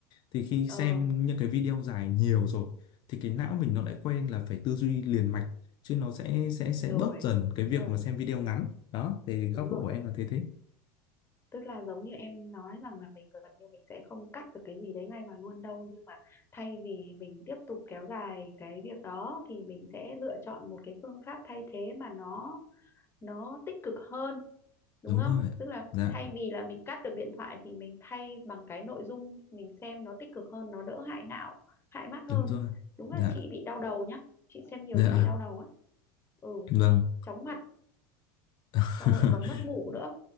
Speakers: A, on the left; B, on the left.
A: thì khi
B: ờ
A: xem những cái video dài nhiều rồi thì cái não mình nó lại quen là phải tư duy liền mạch chứ nó sẽ sẽ sẽ
B: rồi
A: bớt dần cái
B: đúng
A: việc
B: rồi
A: mà xem video ngắn đó thì góc
B: đúng rồi
A: độ của em là thế thế
B: tức là giống như em nói rằng là mình gần như mình sẽ không cắt được cái gì đấy ngay mà luôn đâu nhưng mà thay vì mình tiếp tục kéo dài cái việc đó thì mình sẽ lựa chọn một cái phương pháp thay thế mà nó nó tích cực hơn đúng
A: đúng
B: không
A: rồi ạ.
B: tức là
A: dạ
B: thay vì là mình cắt được điện thoại thì mình thay bằng cái nội dung mình xem nó tích cực hơn nó đỡ hại não hại mắt hơn
A: đúng rồi
B: đúng là
A: dạ
B: chị bị đau đầu nhá chị xem nhiều
A: dạ
B: chị bị đau đầu á ừ
A: vâng
B: chóng mặt
A: <laughs>
B: xong lại còn mất ngủ nữa